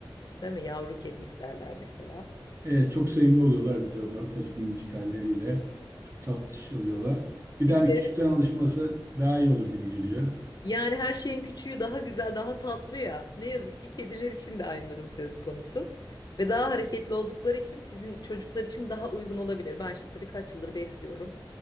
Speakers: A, on the left (about 55°); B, on the right (about 35°).
A: değil mi? Yavru kedi isterler mesela.
B: Evet, çok sevimli oluyorlar bir de onlar ufacık minicik halleriyle. Çok tatlış oluyorlar. Bir
A: İşte
B: de hani küçükten alışması daha iyi olur gibi geliyor.
A: yani her şeyin küçüğü daha güzel, daha tatlı ya. Ne yazık ki kediler için de aynı durum söz konusu. Ve daha hareketli oldukları için sizin çocuklar için daha uygun olabilir. Ben şimdi tabii kaç yıldır besliyorum